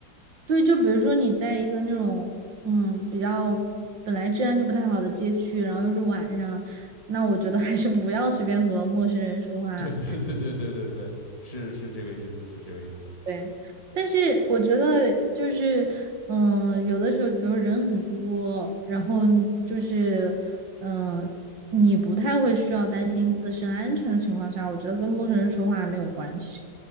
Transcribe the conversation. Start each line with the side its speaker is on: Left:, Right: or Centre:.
Right: 对，就比如说你在一个那种嗯比较本来治安就不太好的街区，然后又是晚上，那我觉得还是不要随便和陌生人说话。
Left: <laughs> 对对对对对对对，是是这个意思，是这个意思。
Right: 对，但是我觉得就是嗯、呃有的时候比如人很多，然后你就是嗯、呃你不太会需要担心自身安全的情况下，我觉得跟陌生人说话没有关系。